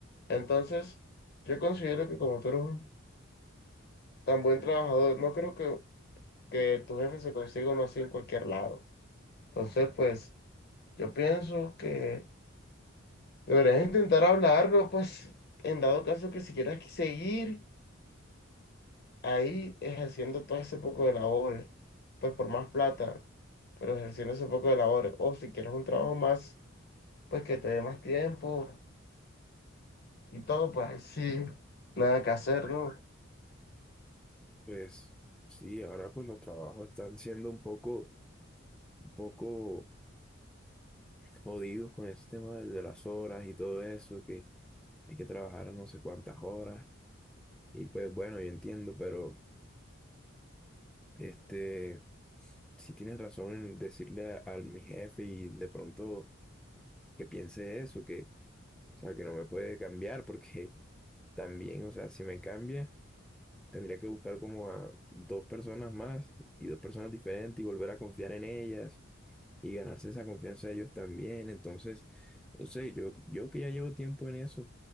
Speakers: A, on the left (about 50°); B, in the centre.
A: Entonces, yo considero que como tú eres un tan buen trabajador, no creo que que tu jefe se consiga uno así en cualquier lado. Entonces, pues, yo pienso que deberías intentar hablarlo, pues, en dado caso que si quieres que seguir ahí ejerciendo todo ese poco de labores, pues por más plata, pero ejerciendo ese poco de labores, o si quieres un trabajo más, pues que te dé más tiempo y todo, pues ahí sí, nada que hacer, ¿no?
B: pues sí, ahora pues los trabajos están siendo un poco, un poco jodidos con ese tema de, de las horas y todo eso, que hay que trabajar a no sé cuántas horas Y pues bueno, yo entiendo, pero este, si tienes razón en decirle a, al mi jefe y de pronto que piense eso, que, o sea, que no me puede cambiar, porque también, o sea, si me cambia, tendría que buscar como a dos personas más y dos personas diferentes y volver a confiar en ellas y ganarse esa confianza de ellos también. Entonces, no sé, yo, yo que ya llevo tiempo en eso,